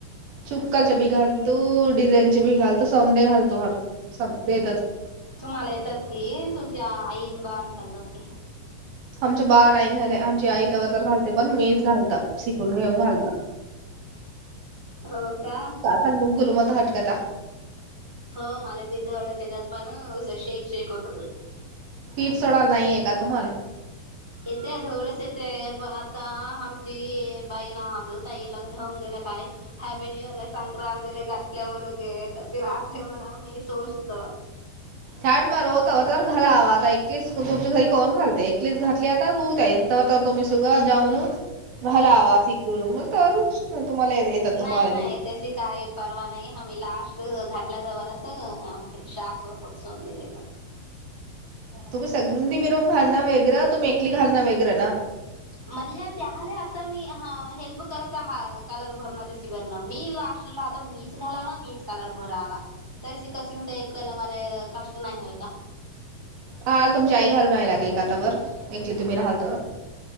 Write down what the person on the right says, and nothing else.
चुक्काचे बी घालतो डिझाईन चे बी घालतो समदे घालतो ह समेतात.
आमचे बाार नाही झाले. आई तवर तर घालते पण मीच घालत शिकून घेऊन घालत.
सल मुगल मत हटकतता.
पीठ सोडाला नाहीये का तुम्हाला
छाड मार होत तर घाला हवा आता एकलीस तुमच्या घरी कोन घालते एकलीस घातली आता बघताई. तर तुम्ही सुगा जाऊनला आवासून तर तुम्हाला
तुम्हाला
बी
तुम्ही संधी मिरून घालणं वेगरं तुम्ही एकली घालणं वेगरं ना
हा तुमची आई घालूनयलागे का त्यावर एकली तुम्ही राहाल त्यावर